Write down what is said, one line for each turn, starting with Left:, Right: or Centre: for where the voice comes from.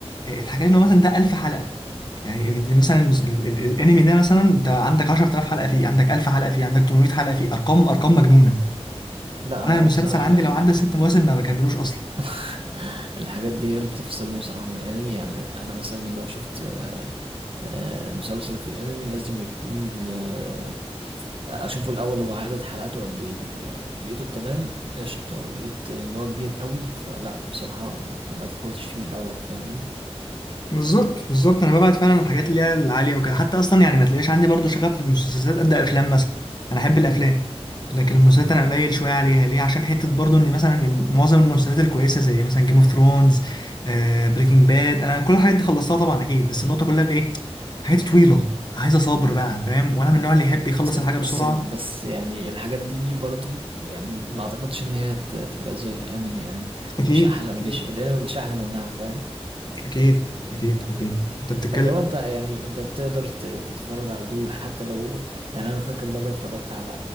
Left: آه، اتحكى لي انه مثلا ده 1000 حلقه يعني مثلا المس- ال- ال- الانمي ده مثلا انت عندك 10000 حلقه فيه عندك 1000 حلقه فيه عندك 800 حلقه فيه ارقام ارقام مجنونه
Right: لا
Left: وانا
Right: هو
Left: المسلسل
Right: بصراحة
Left: عندي
Right: ال- الح...
Left: لو عدى ست مواسم ما بكملوش اصلا
Right: <laughs> الحاجات دي هي اللي بتفصلني بصراحة من الانمي يعني انا مثلا لو شفت آه، آه، مسلسل في الانمي لازم يكون آه، اشوفه الاول هو عدد حلقاته قد ايه يعني لقيته تمام قشطة لقيت ان هو كبير قوي فلا بصراحة ما ما بدخلش فيه من الاول فاهمني
Left: بالظبط بالظبط انا ببعد فعلا عن الحاجات اللي هي العاليه وكده حتى اصلا يعني ما تلاقيش عندي برضو شغف في المسلسلات قد افلام مثلا انا احب الافلام لكن المسلسلات انا قليل شويه عليها ليه عشان حته برضو ان مثلا الم- معظم المسلسلات الكويسه زي مثلا جيم اوف ثرونز بريكنج باد انا كل الحاجات دي خلصتها طبعا اكيد بس النقطه كلها في ايه حاجات طويله عايزه صبر بقى فاهم وانا من النوع اللي يحب يخلص
Right: بس بس
Left: الحاجه بسرعه
Right: بس يعني الحاجات دي برضو يعني ما اعتقدش ان هي ت- تبقى زي الانمي يعني
Left: أكيد
Right: مش احلى مش
Left: أكيد
Right: الانمي مش احلى منها فاهم
Left: أكيد أكيد أكيد أنت بتتكلم
Right: فاللي هو انت يعني انت بتقدر ت- تتفرج على دول حتى لو يعني انا فاكر مره اتفرجت على